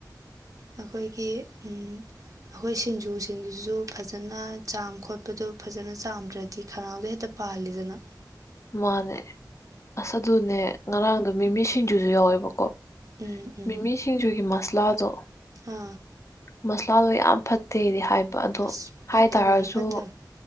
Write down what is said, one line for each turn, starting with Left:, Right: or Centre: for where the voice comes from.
Right: ꯑꯩꯈꯣꯏꯒꯤ ꯑꯩꯈꯣꯏ ꯁꯤꯡꯖꯨꯁꯦ ꯁꯤꯡꯗꯨꯁꯨ ꯐꯖꯅ ꯆꯥꯝ ꯈꯣꯠꯄꯗꯣ ꯐꯖꯅ ꯆꯥꯝꯗ꯭ꯔꯗꯤ ꯈꯅꯥꯎꯗ ꯍꯦꯛꯇ ꯄꯥꯜꯂꯤꯗꯅ
Left: ꯃꯥꯅꯦ ꯑꯁ ꯑꯗꯨꯅꯦ ꯉꯔꯥꯡꯗꯨ ꯃꯤꯃꯤ ꯁꯤꯡꯖꯨꯁꯨ ꯌꯥꯎꯋꯦꯕꯀꯣ
Right: ꯎꯝ ꯎꯝ
Left: ꯃꯤꯃꯤ ꯁꯤꯡꯖꯨꯒꯤ ꯃꯁꯂꯥꯗꯣ
Right: ꯑꯥ
Left: ꯃꯁꯂꯥꯗꯣ ꯌꯥꯝ ꯐꯠꯇꯦꯗꯤ ꯍꯥꯏꯕ ꯑꯗꯣ
Right: ꯑꯁ
Left: ꯍꯥꯏ
Right: ꯐꯠꯇꯕꯅꯦ
Left: ꯇꯔꯁꯨ
Right: ꯐꯠꯇꯕꯅꯦ